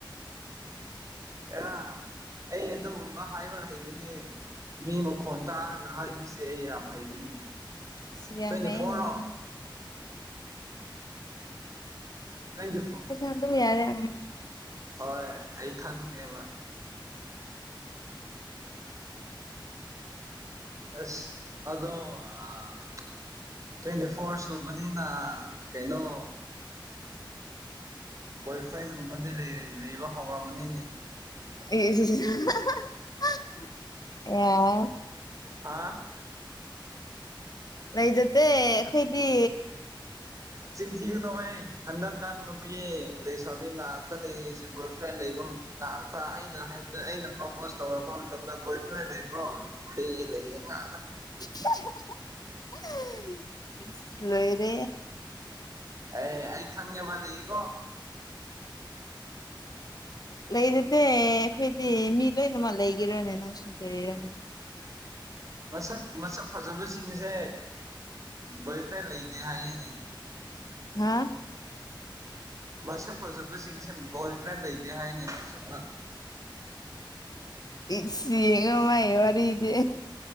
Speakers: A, on the left; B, on the right.
A: ꯎ
B: ꯑ ꯑꯩ ꯑꯗꯨꯒꯨꯝꯕ ꯍꯥꯏꯕ ꯍꯩꯕꯅꯦ ꯃꯤ ꯃꯈꯣꯟ ꯇꯥꯔꯒ ꯍꯥꯏꯕꯁꯦ ꯑꯩ ꯌꯥꯝ ꯍꯩꯕꯅꯤ
A: ꯁꯤ ꯌꯥꯝꯦꯝ
B: ꯇ꯭ꯋꯦꯟꯇꯤ ꯐꯣꯔꯔꯣ
A: ꯍꯅꯦ
B: ꯇ꯭ꯋꯦꯟꯇꯤ ꯐꯣꯔ
A: ꯑꯗꯨꯝ ꯌꯥꯔꯦ ꯑꯝ
B: ꯍꯣꯏ ꯑꯩ ꯈꯪꯉꯦꯕ ꯑꯁ ꯑꯗꯣ ꯑ ꯇ꯭ꯋꯦꯟꯇꯤ ꯐꯣꯔ ꯁꯨꯕꯅꯤꯅ ꯀꯩꯅꯣ ꯕꯣꯏ ꯐ꯭ꯔꯦꯟꯒꯨꯝꯕꯗꯤ ꯂꯩ ꯂꯩꯕ ꯍꯧꯔꯝꯃꯅꯤꯅꯦ
A: ꯑꯦ ꯑ
B: ꯍꯥ
A: ꯂꯩꯖꯗꯦ ꯑꯩꯈꯣꯏꯗꯤ
B: ꯆꯤꯡꯊꯤꯒꯅꯨꯍ ꯍꯟꯗꯛꯀꯥꯟ ꯅꯨꯄꯤ ꯂꯩꯁ꯭ꯃꯤ ꯉꯥꯏꯍꯥꯛꯇ ꯂꯩꯔꯤꯁꯦ ꯕꯣꯏ ꯐ꯭ꯔꯦꯟ ꯂꯩꯕ ꯉꯥꯏꯍꯥꯛꯇ ꯑꯩꯅ ꯍꯥꯏꯕꯗ ꯑꯩꯅ ꯄ꯭ꯔꯣꯄꯣꯁ ꯇꯧꯔꯛꯄ ꯃꯇꯝꯗ ꯕꯣꯏ ꯐ꯭ꯔꯦꯟ ꯂꯩꯕ꯭ꯔꯣ ꯂꯩꯌꯦ ꯂꯩꯌꯦ ꯉ
A: ꯍꯥ ꯍꯥ ꯍꯥ ꯏꯁ ꯂꯣꯏꯔꯦ꯫
B: ꯑꯦ ꯑꯩ ꯈꯪꯉꯦꯕ ꯂꯩꯀꯣ
A: ꯂꯩꯗꯨꯗꯤ ꯑꯩꯈꯣꯏꯗꯤ ꯃꯤ ꯂꯣꯏꯅꯃꯛ ꯂꯩꯒꯦꯔꯅꯦ ꯅꯪꯁꯨ ꯀꯔꯤꯔꯅꯦ꯫
B: ꯃꯁꯛ ꯃꯁꯛ ꯐꯖꯕꯁꯤꯡꯁꯦ ꯕꯣꯏꯐ꯭ꯔꯦꯟ ꯂꯩꯇꯦ ꯍꯥꯏꯁꯤꯅꯦ
A: ꯍꯥꯥ꯫
B: ꯃꯁꯛ ꯐꯖꯕꯁꯤꯡꯁꯦ ꯕꯣꯏ ꯐ꯭ꯔꯦꯟ ꯂꯩꯇꯦ ꯍꯥꯏꯅꯤ ꯁꯨꯝ
A: ꯏꯁꯤ ꯌꯦꯉꯃ ꯑꯦ ꯋꯥꯔꯤꯔ ꯏꯗꯤ